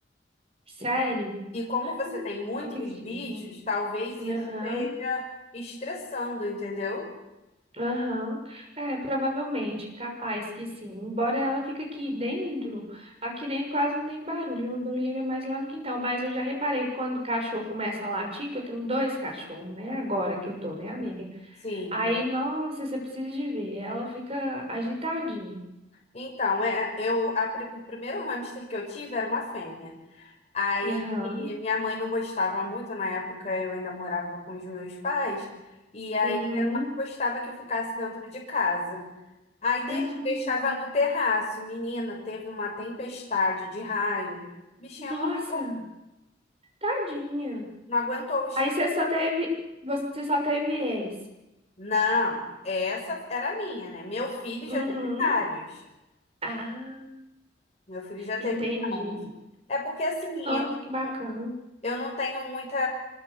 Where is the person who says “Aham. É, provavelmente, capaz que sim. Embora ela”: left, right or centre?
Right